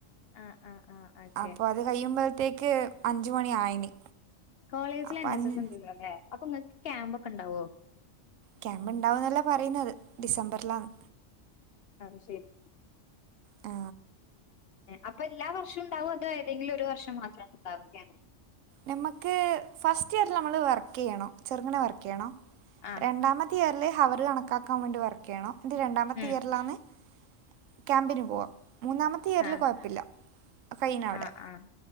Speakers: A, on the left (about 60°); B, on the right (about 85°).
A: ആഹ് ആഹ് ആഹ് ഓക്കെ
B: അപ്പൊ അത് കഴിയുമ്പോഴത്തേക്ക് അഞ്ചു മണി ആയിന്
A: കോളേജിലെ
B: അപ്പം
A: എൻ
B: അഞ്ച്
A: എസ് എസ് ഉണ്ട് അല്ലേ അപ്പൊ ഇങ്ങക്ക് ക്യാമ്പ ഒക്കെ ഉണ്ടാവോ
B: ക്യാമ്പ് ഇണ്ടാവന്നല്ല പറയുന്നത് ഡിസംബറിലാണ്
A: അതു ശെരി <inaudible>
B: ആ
A: അപ്പൊ എല്ലാ വർഷം ഉണ്ടാവോ അതോ ഏതെങ്കിലും ഒരു വർഷം മാത്രണോ ഉണ്ടാവ ക്യാപ്
B: നമുക്ക് ഫസ്റ്റ് ഇയറിൽ നമ്മള് വർക്ക് ചെയ്യണോ ചെറുങ്ങനെ വർക്ക് ചെയ്യണോ
A: ആഹ്
B: രണ്ടാമത്തെ ഇയറില് ഹവർ കണക്കാക്കാൻ വേണ്ടി വർക്കയ്യണം ഇത് രണ്ടാമത്തെ
A: ഉം
B: ഇയറിലാന്ന് <inaudible> ക്യാമ്പിന് പോവാ മൂന്നാമത്തെ ഇയറിൽ
A: ആഹ്
B: കൊഴപ്പില്ലാ <inaudible> ഫൈനഅവിടെ
A: ആഹ് ആഹ്